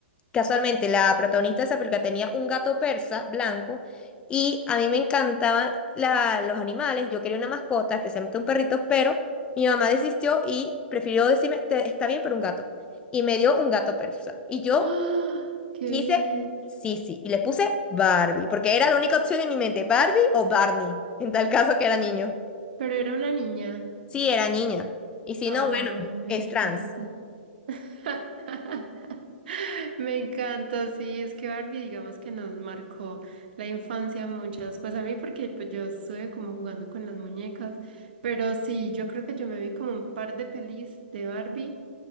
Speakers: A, on the left; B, on the right.
A: Casualmente, la protagonista de esa película tenía un gato persa blanco y a mí me encantaban la- los animales. Yo quería una mascota, especialmente un perrito, pero mi mamá desistió y prefirió decirme, "Te- está bien, pero un gato. Y me dio un gato persa. Y yo
B: ¡Ah! ¡Qué
A: quise
B: bien!
A: Sisi y le puse Barbie, porque era la única opción en mi mente, Barbie o Barney, en tal caso que era niño.
B: Pero era una niña.
A: Sí, era niña. Y si
B: Ay,
A: no, bueno,
B: me
A: es
B: encanta.
A: trans.
B: <laughs> Me encanta, sí, es que Barbie, digamos que nos marcó la infancia a muchas, pues a mí porque pues, yo estuve como jugando con las muñecas, pero sí, yo creo que yo me vi como un par de pelis de Barbie,